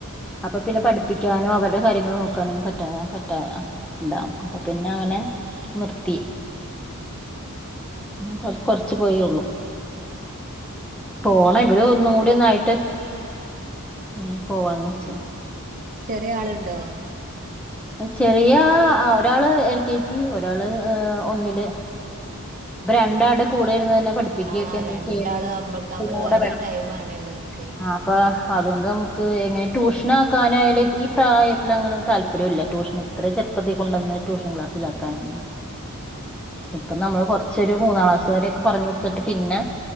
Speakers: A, in the centre; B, on the right.
A: അപ്പ
B: ആഹ്
A: പിന്നെ പഠിപ്പിക്കാനും അവ രെ കാര്യങ്ങൾ നോക്കാനും പറ്റാ പ ആഹ് ല്ലാം
B: ആഹ്
A: അപ്പ പിന്നെ
B: ആഹ്
A: അങ്ങനെ നിർ ത്തി
B: ഉം ശരി
A: ഉം കൊർ കൊർ ച്ച് പോയേള്ളൂ
B: ഉം
A: പോണം
B: ഞാന്
A: ഇവര് ഒന്നും
B: ഇവള്
A: കൂടി ഒന്നായിട്ട്
B: ആഹ്
A: ഉം പോവാന്ന് വെച്ച്
B: ചെറിയ ആളി ണ്ടോ
A: ചെറിയ എഹ് ഒരാള് എൽ കെ ജി ഒരാള് എഹ് ഒന്നില്
B: ആഹ് ആഹ്
A: ഇപ്പ രണ്ടാടെ കൂടെ ഇരുന്നാ പഠിപ്പിക്കൊക്കെ
B: ആഹ് രണ്ടാള്
A: ചെയ്യണ
B: നമ്മക്ക്
A: <inaudible>
B: നമ്മള്
A: കൂടെ
B: വേണ്ടിയ
A: വേണം
B: ഒരു ടൈം ആണല്ലോ ഓൽക്ക്
A: ആ അപ്പൊ അതോണ്ട് നമുക്ക് എങ്ങനെ ട്യൂഷൻ ആക്കാനായാലും ഈ ഈ പ്രായത്തിലങ്ങനെ താല്പര്യുല്ല ട്യൂഷൻ ഇത്രേ ചെറുപ്പത്തി കൊണ്ടൊന്ന് ട്യൂഷൻ ക്ലാസ്സിലാ ക്കാന്
B: ആഹ് ആഹ് അതെ
A: ഇപ്പൊ നമ്മള് ശെരി മൂന്നാം ക്ലാസ് വരൊക്കെ പറഞ്ഞു കൊടുത്തിട്ട് പിന്നെ